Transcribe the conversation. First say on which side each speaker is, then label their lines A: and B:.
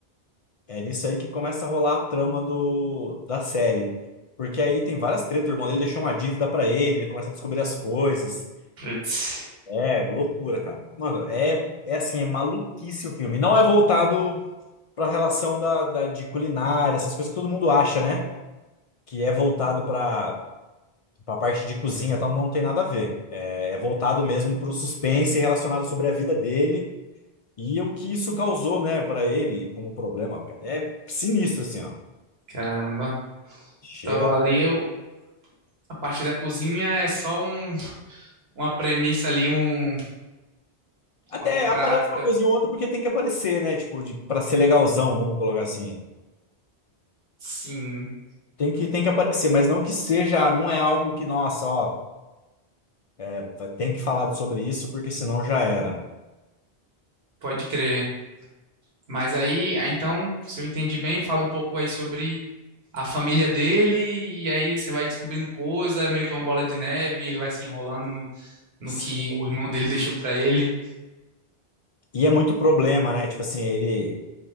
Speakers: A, on the left; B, on the right.
A: É nisso aí que começa a rolar a trama do, da série. Porque aí tem várias tretas, o irmão dele deixou uma dívida pra ele, ele começa a descobrir as coisas.
B: Putz,
A: É, loucura, cara. Mano, é, é assim, é maluquice o filme. Não é voltado pra relação da, da, de culinária, essas coisas que todo mundo acha, né? que é voltado para a parte de cozinha, então não tem nada a ver. É, é voltado mesmo para o suspense relacionado sobre a vida dele e o que isso causou, né, para ele como problema. cara. É sinistro assim, ó.
B: caramba.
A: Chega
B: Então ali eu, a parte da cozinha é só um, uma premissa ali, um
A: até
B: algo pra,
A: aparece uma
B: pra...
A: coisinha ou outra porque tem que aparecer, né? Tipo, de, para ser legalzão, vamos colocar assim.
B: Sim,
A: Tem que, tem que aparecer, mas não que seja, não é algo que, nossa, ó, é, vai- tem que falar sobre isso, porque senão já era.
B: pode crer. Mas aí, aí, então, se eu entendi bem, fala um pouco aí sobre a família dele, e aí você vai descobrindo coisa, é meio que uma bola de neve, ele vai se enrolando no, no
A: Sim.
B: que o irmão dele deixou pra ele.
A: E é muito problema, né? Tipo assim, ele,